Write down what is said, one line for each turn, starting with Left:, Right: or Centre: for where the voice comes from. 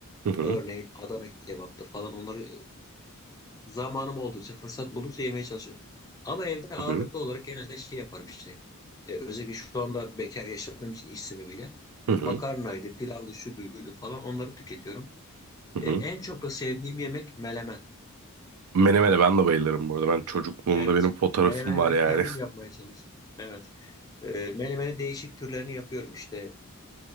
Right: hı hı
Left: Örneğin Adana kebaptı falan onları e, zamanım oldukça, fırsat buldukça yemeye çalışıyorum. Ama evde ağırlıklı
Right: hı
Left: olarak genelde şey yaparım işte. Ee, özellikle şu anda bekar yaşadığım için iş sebebiyle.
Right: hı hı.
Left: Makarnaydı, pilavdı, şu duydu falan onları tüketiyorum.
Right: hı
Left: Ee,
Right: hı.
Left: en çok da sevdiğim yemek melemen.
Right: Menemene ben de bayılırım bu arada. Ben çocukluğumda
Left: Evet.
Right: benim fotoğrafım
Left: Melemeni
Right: var
Left: ben
Right: yani.
Left: kendim yapmaya çalışıyorum. Evet. Ee, melemeni değişik türlerini yapıyorum işte.